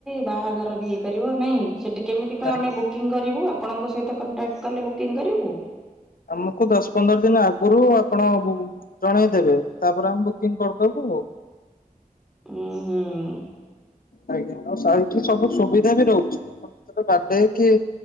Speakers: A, in the centre; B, on the left.
A: ବାହାଘର ବି ହେଇପାରିବ ନାଇଁ ସେଠି କେମତି କଣ
B: ଆଜ୍ଞା
A: ଆମେ ବୁକିଙ୍ଗ କରିବୁ, ଆପଣଙ୍କ ସ କଣ୍ଟାକ୍ଟ କଲେ ବୁକିଂ କରିବୁ ।
B: ଆମକୁ ଦଶ ପନ୍ଦର ଦିନ ଆଗରୁ ଆପଣ ଜଣେଇଦେବେ, ତାପରେ ଆମେ ବୁକିଂ କରିଦବୁ ଆଉ ।
A: ଉଁ ହୁଁ ।
B: ଆଜ୍ଞା, ଆଉ ଏଠି ସବୁ ସୁବିଧା ବି ରହୁଛି, ଆପଣ ଯେତେବେଳେ ବଡେ କି